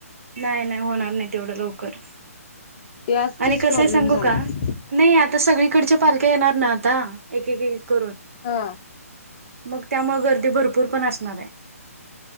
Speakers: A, on the right (about 60°); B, on the left (about 35°).
A: नाही नाही होणार नाही तेवढं लवकर
B: ते आज
A: आणि
B: तेच
A: कसंय
B: प्रॉब्लेम
A: सांगू
B: झालाय
A: का नाही आता सगळी सगळी कडच्या पालख्या येणार ना आता एक एक करून.
B: हा.
A: मग त्यामुळे गर्दी भरपूर पण असणार आहे.